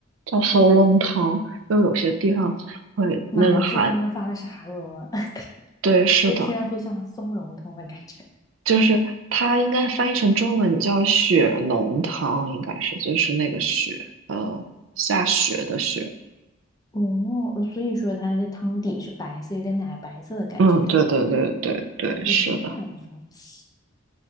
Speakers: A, on the right; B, on the left.
A: 叫搜笼汤。因为有些地方会那个韩，
B: 妈，你是刚刚发的是韩文吗？<laughs>
A: 对，是的，
B: 我听上去像松茸汤的感觉。
A: 就是它应该翻译成中文叫雪浓汤，应该是就是那个雪，呃，下雪的雪。
B: 哦，呃所以说它是汤底是白色，有点奶白色的感觉，
A: 嗯，
B: 对吧？
A: 对对对对对，
B: 原来如此，
A: 是的，